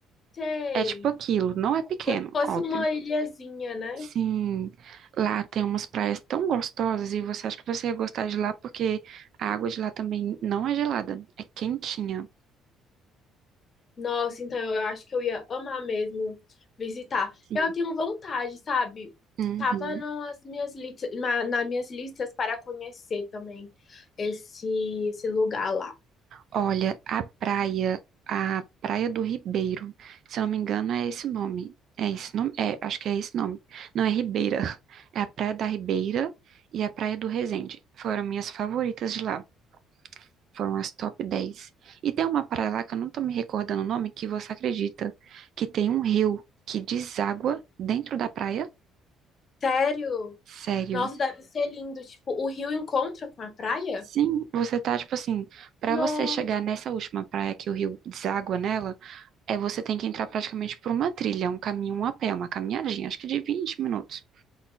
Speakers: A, on the left; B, on the right.
A: Sei.
B: É tipo aquilo, não é pequeno,
A: Como se fosse
B: óbvio.
A: uma ilhazinha, né?
B: Sim, lá tem umas praias tão gostosas e você acha que você ia gostar de lá porque a água de lá também não é gelada, é quentinha.
A: Nossa, então eu acho que eu ia amar mesmo visitar.
B: Sim.
A: Eu tenho vontade, sabe?
B: Uhum.
A: Tava nas minhas, li- na, nas minhas listas para conhecer também esse, esse lugar lá.
B: Olha, a praia, a Praia do Ribeiro, se eu não me engano, é esse o nome. É esse nome? É, acho que é esse nome. Não é Ribeira. <laughs> É a Praia da Ribeira e a Praia do Resende. Foram minhas favoritas de lá. Foram as top 10. E tem uma praia lá que eu não tô me recordando o nome, que você acredita, que tem um rio que deságua dentro da praia?
A: Sério?
B: Sério.
A: Nossa, deve ser lindo. Tipo, o rio encontra com a praia?
B: Sim, você tá tipo assim, pra
A: Nossa.
B: você chegar nessa última praia que o rio deságua nela, é você tem que entrar praticamente por uma trilha, um caminho um a pé, uma caminhadinha, acho que de 20 minutos.